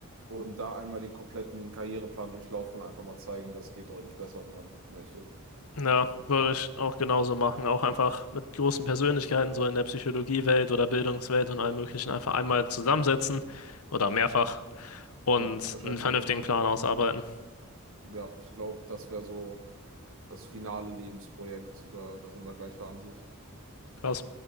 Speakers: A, on the right (about 65°); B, on the left (about 75°).
A: und da einmal den kompletten Karriereplan durchlaufen und einfach mal zeigen, das geht deutlich besser, wenn man möchte.
B: Ja, würde ich auch genauso machen. Auch einfach mit großen Persönlichkeiten, so in der Psychologiewelt oder Bildungswelt und allem Möglichen, einfach einmal zusammensetzen oder mehrfach und
A: Ja, wahrscheinlich
B: einen vernünftigen
A: mehrfach.
B: Plan ausarbeiten.
A: Ja, ich glaube, das wäre so das finale Lebensprojekt. Da, da sind wir gleicher Ansicht.
B: Krass.